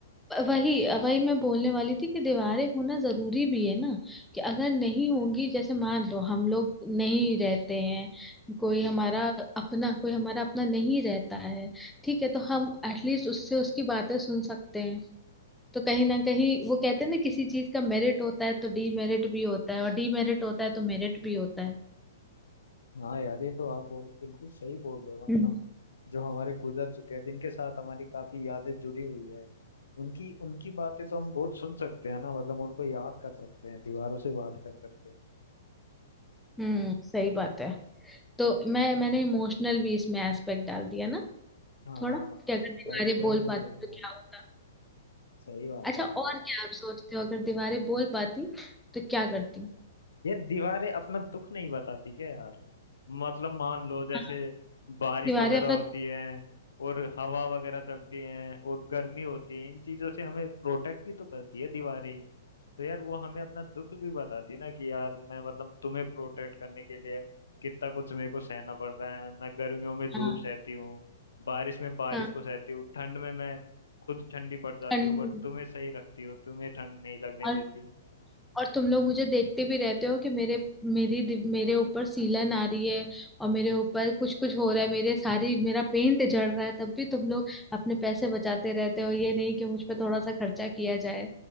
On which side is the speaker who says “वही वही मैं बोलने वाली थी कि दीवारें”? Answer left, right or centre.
Centre